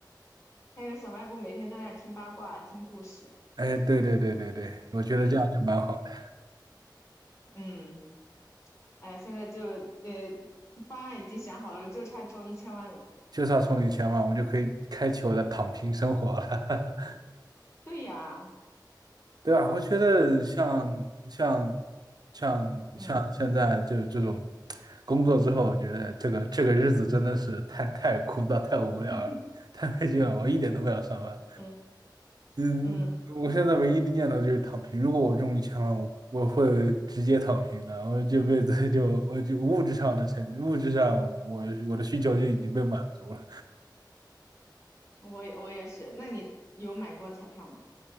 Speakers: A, on the left; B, on the right.
A: 开个小卖部，每天在那儿听八卦、听故事。
B: 哎，对对对对对，我觉得这样就蛮好的，
A: 嗯嗯，哎，现在就呃，方案已经想好了，就差中一千万了。
B: 就算充一千万，我就可以开启我的躺平生活了。<laughs>
A: 对呀，
B: 对啊，我觉得像像像像现在就这种
A: 嗯
B: 工作之后，我觉得这个这个日子真的是太太枯燥、太无聊了，
A: <laughs>
B: 太没劲了，我一点都不想上班。
A: 嗯
B: 嗯，
A: 嗯。
B: 我现在唯一的念头就是躺平。如果我中一千万，我我会直接躺平的。我这辈子就我就物质上的成物质上我我的需求就已经被满足了。
A: 我也我也是。那你有买过彩票吗？